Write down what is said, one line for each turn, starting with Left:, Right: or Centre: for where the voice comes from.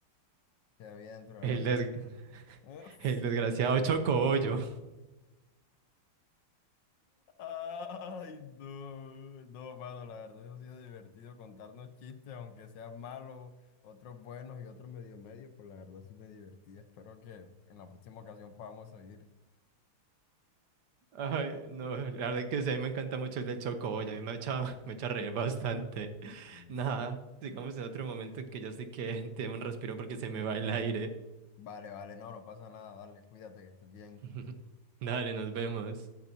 Left: que había dentro de
Right: El,
Left: la langosta.
Right: des-
Left: <laughs>
Right: <laughs> el desgraciado chocobollo.
Left: Ay, no, no, mano, la verdad, eso ha sido divertido contarnos chistes, aunque sean malos, otros buenos y otros medio medio, pues la verdad sí me divertí. Espero que en la próxima ocasión podamos seguir.
Right: Ay, no, la verdad que sí, a mí me encanta mucho el del Chocoboy, a mí me echa, <laughs> me echa a reír bastante. <laughs>
Left: Sí,
Right: Nada,
Left: sí.
Right: sigamos en otro momento que ya sí que <laughs> tengo un respiro porque se me va el aire.
Left: Vale, vale, no, no pasa nada, dale, cuídate, que estés bien.
Right: <laughs> Dale, nos vemos.